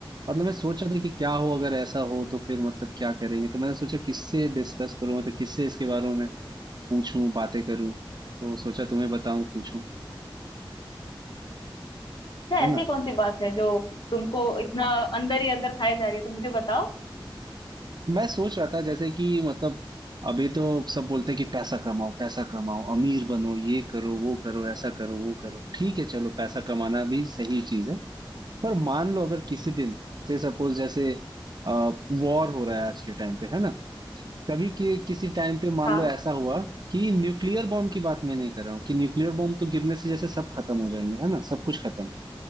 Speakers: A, on the right; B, on the left.
A: मतलब मैं सोच रहा था कि क्या हो अगर ऐसा हो तो फिर मतलब क्या करेंगे तो मैंने सोचा किससे डिस्कस करूं मतलब किससे इसके बारे में पूछूं बातें करूं तो सोचा तुम्हें बताऊं पूछूं
B: अच्छा
A: है
B: ऐसी कौन सी बात है जो तुमको इतना अंदर ही अंदर खाए जा रही है तो मुझे बताओ
A: मैं सोच रहा था जैसे कि मतलब अभी तो सब बोलते हैं कि पैसा कमाओ पैसा कमाओ अमीर बनो ये करो वो करो ऐसा करो वो करो ठीक है चलो पैसा कमाना भी सही चीज है पर मान लो अगर किसी दिन से सपोज जैसे वॉर हो रहा है आज के टाइम पे है ना कभी कि, किसी टाइम पे मान
B: हाँ
A: लो ऐसा हुआ कि न्यूक्लियर बॉम्ब की बात मैं नहीं कर रहा हूँ कि न्यूक्लियर बॉम्ब तो गिरने से जैसे सब खत्म हो जाएंगे है ना सब कुछ खत्म